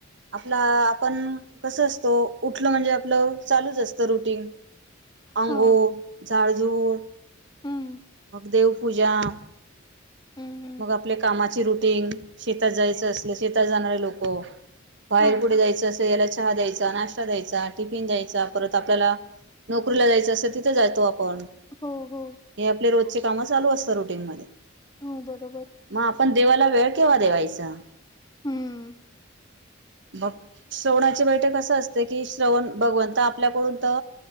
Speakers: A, on the right (about 65°); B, on the left (about 20°).
A: आपला आपण कस असतो? उठलं म्हणजे आपलं चालूच असतं. रोजच रुटीन, अंंगो
B: हा
A: जाळजूळ,
B: हम्म
A: मग देव पूजा
B: हम्म हम्म
A: मग आपल्या कामा चे रुटींग शेतात जायचं असले शेतात जाणारे लोकं, बाहेर
B: हा
A: कुठे जायचं असेल याला चहा द्यायचा, ना श्टा दयायचा, टिफीन द्यायचा परत आपल्याला नोकरीला जायचे असेल तर तिथ थे जातो आपण,
B: हो हो
A: हे आपली रोजची काम चालू असत रुटीन मध्ये
B: हो बरोबर.
A: म आपण देवाला वेळ केव्हा देवायचा?
B: हू म.
A: भक श्रवणाची बैठक असं असते की, श्रवण भगवंत आपल्याकडून त